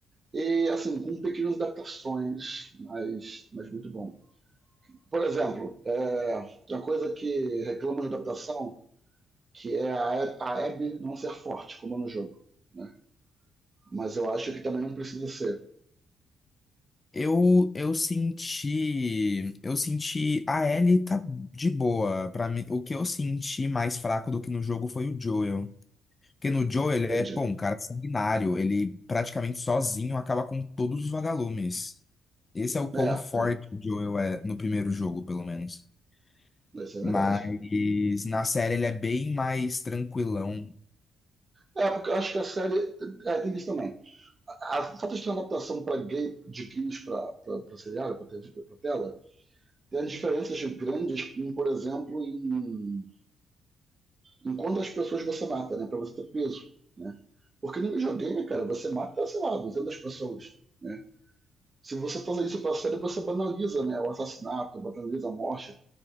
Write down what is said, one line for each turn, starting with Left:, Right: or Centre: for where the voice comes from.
Right: E, assim, com pequenas adaptações, mas, mas muito bom. Por exemplo, é, tem uma coisa que reclama de adaptação, que é a Ab- a Abby não ser forte, como é no jogo. Né? Mas eu acho que também não precisa ser.
Left: Eu, eu senti, eu senti a Ellie tá de boa. Para mim, o que eu senti mais fraco do que no jogo foi o Joel. Porque no Joel ele
Right: Entendi.
Left: é, pô, um cara sanguinário, ele praticamente sozinho acaba com todos os vagalumes. Esse é o quão
Right: É,
Left: forte
Right: tem-
Left: o Joel é no primeiro jogo, pelo menos.
Right: isso é
Left: Mas
Right: verdade.
Left: na série ele é bem mais tranquilão,
Right: É, porque eu acho que a série. É, tem isso também. A, a falta de ter uma adaptação pra gay, de games pra, pra, pra seriado, pra, TV, pra tela, tem as diferenças grandes, em, por exemplo, em, em quantas pessoas você mata, né? Pra você ter peso, né? Porque no videogame, cara, você mata, sei lá, 200 pessoas, né? Se você traz isso pra série, você banaliza, né? O assassinato, banaliza a morte.